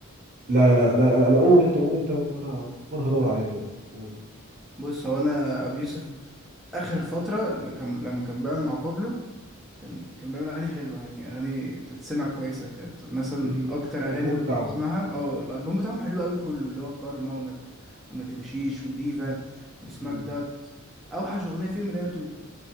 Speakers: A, on the right; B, in the centre.
A: لا لا لا لا, لا, لا قول انت قول انت وانا وانا هدور عليها دلوقتي قول
B: بص هو انا ابو يوسف اخر فتره اللي كان لما كان بيعمل مع بابلو كان كان بيعمل اغاني حلوه يعني اغاني تتسمع كويسه كانت مثلا
A: ال-
B: اكتر
A: الالبوم
B: اغاني اللي كنت
A: بتاعهم
B: بسمعها اه الالبوم بتاعهم حلو قوي كله اللي هو كارما وما وما تمشيش وديفا وسماك
A: مم.
B: دات اوحش اغنيه فيهم اللي هي توتو